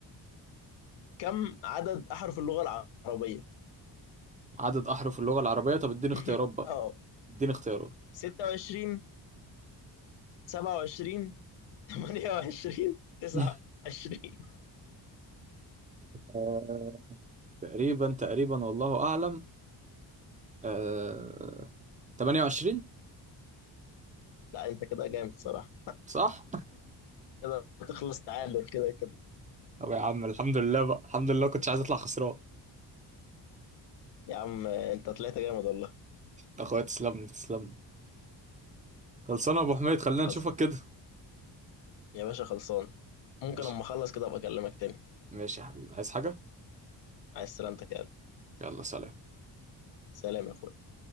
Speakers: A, on the left (about 80°); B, on the right (about 20°).
A: كم عدد احرف اللغة العربية
B: عدد أحرف اللغة العربية طب اديني اختيارات
A: <laughs>
B: بقى
A: اه
B: اديني اختيارات
A: 26 27 28 29
B: <laughs> آه، تقريبا تقريبا والله أعلم آه، 28
A: لا انت كده جامد صراحة
B: صح؟
A: كده تخلص تعادل كده كده
B: <laughs> طب يا عم الحمد لله بقى الحمد لله كنتش عايز أطلع خسران
A: يا عم انت طلعت جامد والله
B: يا أخويا تسلم لي تسلم لي. خلصانه يا ابو حميد خلينا نشوفك
A: خلصان
B: كده
A: يا باشا خلصان ممكن
B: ماشي
A: اما اخلص كده ابقى اكلمك تاني
B: ماشي يا حبيبي عايز حاجه
A: عايز سلامتك يا قلبي
B: يلا سلام
A: سلام يا اخويا